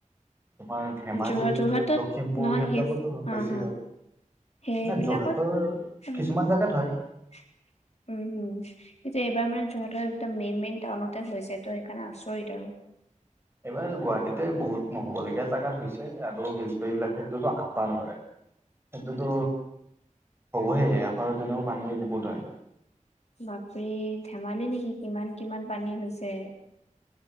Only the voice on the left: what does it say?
যোৰহাট যোৰহাটত
নহয়
সেই হা
হা
সেইবিলাকত
উম
<inaudible> উম হুম কিন্তু এইবাৰ মানে যোৰহাটৰ একদম মেইন মেইন টাউনতে হৈছে ত সেইকাৰণে আচৰিত আৰু। <inaudible>
বাপৰে! ধেমালি নেকি কিমান কিমান পানী হৈছে?